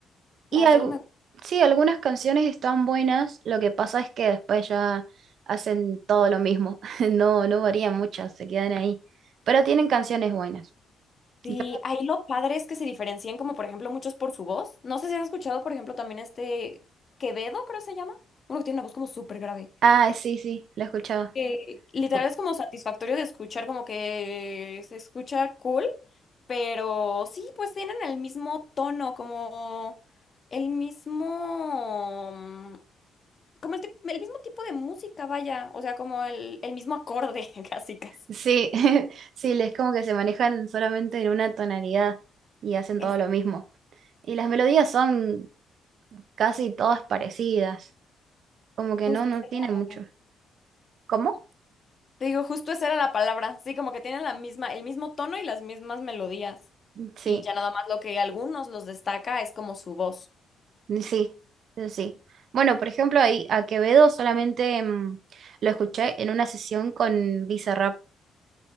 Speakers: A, on the right; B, on the left.
A: Y
B: las
A: algo,
B: del me
A: sí, algunas canciones están buenas, lo que pasa es que después ya hacen todo lo mismo, <laughs> no, no varían mucho se quedan ahí, pero tienen canciones buenas.
B: Sí,
A: Yo-
B: ahí lo padre es que se diferencian como por ejemplo muchos por su voz. No sé si has escuchado por ejemplo también este Quevedo, creo se llama. Uno que tiene una voz como súper grave.
A: Ah, sí, sí, la escuchaba.
B: Que literal
A: U-
B: es como satisfactorio de escuchar, como que se escucha cool, pero sí, pues tienen el mismo tono, como el mismo... mm, Como el, tip- el mismo tipo de música, vaya. O sea, como el, el mismo acorde, <laughs> casi casi.
A: Sí, <laughs> sí, es como que se manejan solamente en una tonalidad y hacen
B: Es
A: todo lo mismo. Y las melodías son casi todas parecidas, como que
B: justo.
A: no, no
B: esa
A: tienen
B: era la
A: mucho.
B: palabra.
A: ¿Cómo?
B: Te digo, justo esa era la palabra, sí, como que tienen la misma, el mismo tono y las mismas melodías.
A: Sí.
B: Y ya nada más lo que a algunos los destaca es como su voz.
A: Mm, Sí, eso sí. Bueno, por ejemplo, ahí a Quevedo solamente mm, lo escuché en una sesión con Bizarrap.